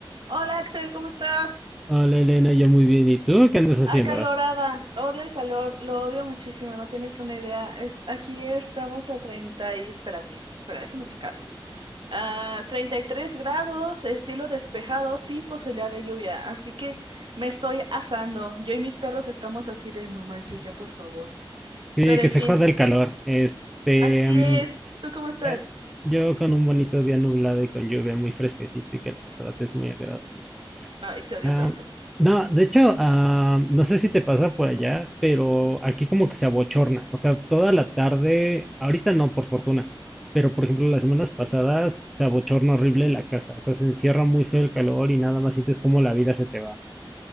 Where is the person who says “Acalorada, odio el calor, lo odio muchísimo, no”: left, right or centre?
Right